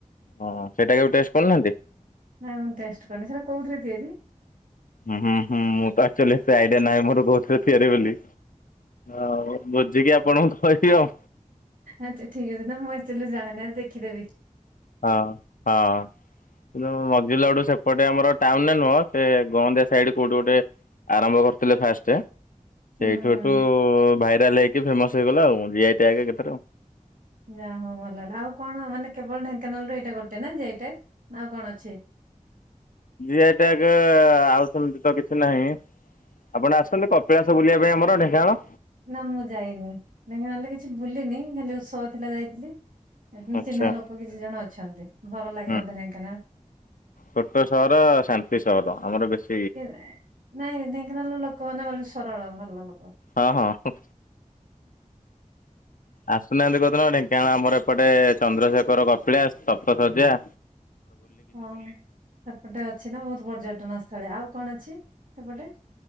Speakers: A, on the left; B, on the right.
A: ହଁ ସେଇଟା କେବେ ଟେଷ୍ଟ କରିନାହାଁନ୍ତି?
B: ନା ମୁଁ ଟେଷ୍ଟ କରିନି ସେଟା କଉଥିରେ ତିଆରି?
A: ହୁଁ ହୁଁ ହୁଁ ମୁଁ ତ ଆକ୍ଚୁଲି ସେ ଆଇଡିଆ ନାହିଁ ମୋର କଉଥିରେ ତିଆରି ବୋଲି ଆଉ ବୁଝିକି ଆପଣଙ୍କୁ କହିବି ଆଉ।
B: ଆଚ୍ଛା ଠିକ ଅଛି ନା ମୁଁ ଆକ୍ଚୁଆଲି ଜାଣିନି ଆଜି ଦେଖି ଦେବି।
A: ହଁ ହଁ। ଯଉ ମଝିଲଡୁ ସେପଟେ ଆମର ଟାଉନ ରେ ନୁହଁ ସେ ଗନ୍ଦିଆ ସାଇଡ କୋଉଠି ଗୋଟେ ଆରମ୍ଭ କରିଥିଲେ ଫାଷ୍ଟେ। ସେଇଠୁ
B: ହୁଁ ହୁଁ।
A: ଏଠୁ ଭାଇରାଲ ହେଇକି ଫେମସ ହେଇଗଲା ଆଉ ଜିଆଇ ଟ୍ୟାଗ ଏକାଥରେ ଆଉ।
B: ଯା ହଉ ଭଲ ହେଲା ଆଉ କଣ ମାନେ କେବଳ ଢେଙ୍କାନାଳରୁୁ ଏଇଟା ଗୋଟେ ନା ଜିଆଇ ଟ୍ୟାଗ ନାଁ ଆଉ କଣ ଅଛି?
A: ଜିଆଇ ଟ୍ୟାଗେ ଆଉ ସେମିତି ତ କିଛି ନାହିଁ। ଆପଣ ଆସନ୍ତୁ କପିଳାସ ବୁଲିବା ପାଇଁ ଆମର ଢେଙ୍କାନାଳ।
B: ନା ମୁଁ ଯାଇନି ଢେଙ୍କାନାଳରେ କିଛି ବୁଲିିନି ଖାଲି ଉତ୍ସବ ଥିଲା ଯାଇଥିଲି। ଏ
A: ଆଚ୍ଛା
B: ଚିହ୍ନା ଲୋକ କିଛି ଜଣ ଅଛନ୍ତି ଭଲ ଲାଗେ
A: ହୁଁ।
B: ମତେ ଢେଙ୍କାନାଳ।
A: ଛୋଟ ସହର ଶାନ୍ତି ସହର ଆମର ବେସ
B: କି ନାଇଁ ନାଇଁ ଢେଙ୍କାନାଳ ଲୋକମାନେ ଭଲ ସରଳ ଭଲ ଲୋ
A: ହଁ ହଁ ହୁଁ। ଆସୁନାହାଁନ୍ତି କଉଦିନ ଢେଙ୍କାନାଳ ଆମର ଏପଟେ ଚନ୍ଦ୍ରଶେଖର କପିଳାସ ସପ୍ତଶଯ୍ୟା।
B: ହଁ ସେପଟେ ଅଛି ନା ବହୁତ ପର୍ଯ୍ୟଟନ ସ୍ଥଳୀ ଆଉ କଣ ଅଛି ସେପଟେ?